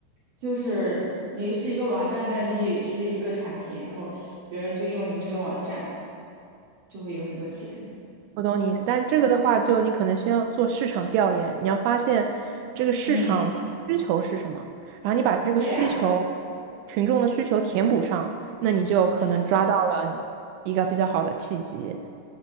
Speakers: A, on the right; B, on the right.
A: 就是你是一个网站，但是你也是一个产品，然后别人就用你这个网站，就会有很多钱。
B: 我懂你意思，但是这个的话，就你可能先要做市场调研，你要发现这个市场它的需求是什么，
A: 嗯，
B: 然后你把这个需求，
A: 对呀，
B: 群众的需求填补上，那你就可能抓到了一个比较好的契机。
A: 嗯